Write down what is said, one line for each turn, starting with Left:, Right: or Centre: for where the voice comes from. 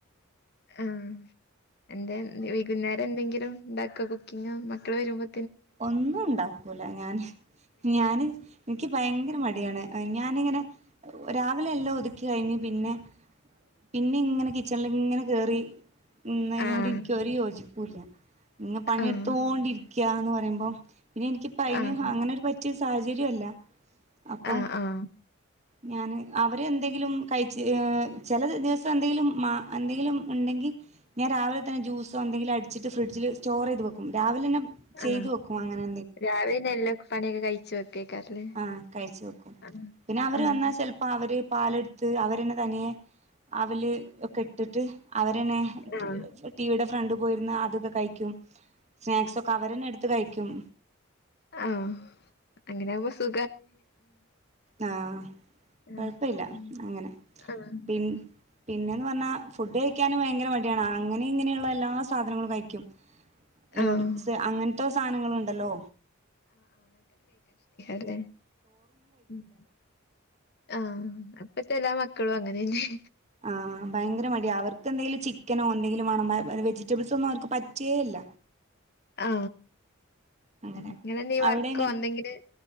Left: ആ എന്താ വൈകുന്നേ അവിടെ എന്തെങ്കിലും ഉണ്ടാക്കോ കുക്കിംഗ് മക്കൾ വരുമ്പോ
Right: ഒന്നും ഉണ്ടാക്കൂല ഞാന് ഞാന് എനിക്ക് ഭയങ്കര മടിയാണ് ഞാനിങ്ങനെ രാവിലെ എല്ലാം ഒതുക്കി കഴിഞ്ഞ് പിന്നെ പിന്നെ ഇങ്ങനെ കിച്ചണില ഇങ്ങനെ കേറി ഉ അതിനോട്
Left: ആഹ്
Right: എനിക്ക് ഒരു യോജിപ്പ് പുല്ല ങ്ങ പണിയെടുത്തോണ്ടി
Left: ആഹ്
Right: ക്കാന്ന് പ പറയുമ്പോ പിന്നെ എനിക്ക് പ്പ അയിന്
Left: ആഹ്
Right: അങ്ങനെ ഒരു പറ്റിയ സാഹചര്യവല്ല അപ്പോ
Left: ആഹ് ആഹ്
Right: ഞാൻ അവരെ എന്തെങ്കിലും കഴിച്ച് ചില ദിവസം എന്തെങ്കിലും മാ എന്തെങ്കിലും ഉണ്ടെങ്കിൽ ഞാൻ രാവിലെ തന്നെ ജ്യൂസോ എന്തെങ്കിലും അടിച്ചിട്ട് ഫ്രിഡ്ജിൽ സ്റ്റോർ ചെയ്ത് വെക്കും രാവിലെ തന്നെ
Left: ആ
Right: ചെയ്ത് വെക്കും അങ്ങനെ
Left: രാവിലന്ന എല്ല പണിയൊക്കെ കഴിച്ചു വെക്കേക്കാരല്ലേ
Right: ആാ കഴിച്ച് വെക്കും
Left: ആഹ്
Right: പിന്നെ അവര്
Left: ആഹ്
Right: വന്നാ ചെലപ്പോ അവര് പാലെടത്ത് അവര് തന്നെ തനിയെ അവല് ഒക്കെ ഇട്ടിട്ട് അവര്ന്നെ
Left: ആഹ്
Right: ടിവിടെ ഫ്രണ്ടി പോയിര്ന്ന് അ അതൊക്കെ കഴിക്കും സ്‌നേക്സൊക്കെ അവരന്നെ എടുത്ത് കഴി ക്കും
Left: ആ അങ്ങനെയാവുമ്പോ സു
Right: ആ
Left: ആഹ്
Right: കൊഴപ്പില്ലാ
Left: ഉം
Right: അങ്ങനെ
Left: ആഹ്
Right: പി പിന്നെന്ന് പറഞ്ഞാ ഫുഡ് കഴിക്കാന് ഭയങ്കര മടിയാണ് അങ്ങനെ ഇങ്ങനെയുള്ള എല്ലാ സാധനങ്ങളും കഴിക്കും ന്യൂഡില്സ്
Left: ആഹ്
Right: അങ്ങനത്തെ സാനങ്ങളുണ്ടല്ലോ
Left: അതെ ഉം ആ ഇപ്പത്തെ എല്ലാ മക്കളും അങ്ങനെന്നെയാ
Right: ആ ഭയങ്കര മടിയാ അവർക്കന്തേലും ചി ക്കനോ എന്തെങ്കിലും വേണം വെ വെജിറ്റബിൾസൊന്നും അവർക്ക് പറ്റേ ല്ല
Left: ആ
Right: അങ്ങനെ
Left: ഇങ്ങനെന്തെ
Right: അവിടെ
Left: വർക്കോ
Right: എങ്ങനെ
Left: എന്തെങ്കിലും